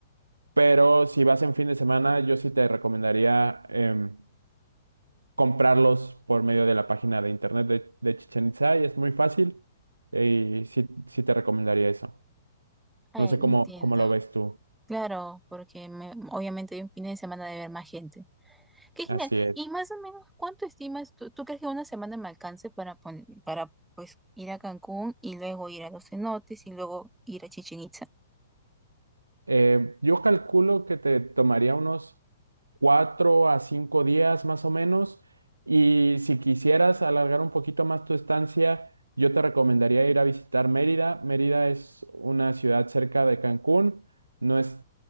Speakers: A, on the right; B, in the centre.
A: pero si vas en fin de semana, yo sí te recomendaría em, comprarlos por medio de la página de internet de, de Chichén Itzá y es muy fácil y sí, sí te recomendaría eso.
B: Ay,
A: No sé
B: entiendo.
A: cómo, cómo lo ves tú.
B: Claro, porque me- obviamente hay un fin de semana de ver más gente. Qué genial.
A: Así es.
B: Y más o menos, ¿cuánto estimas? ¿Tú, tú crees que una semana me alcance para, pon- para pues ir a Cancún y luego ir a los cenotes y luego ir a Chichén Itzá?
A: Eh, yo calculo que te tomaría unos cuatro a cinco días más o menos. Y si quisieras alargar un poquito más tu estancia, yo te recomendaría ir a visitar Mérida. Mérida es una ciudad cerca de Cancún, no es,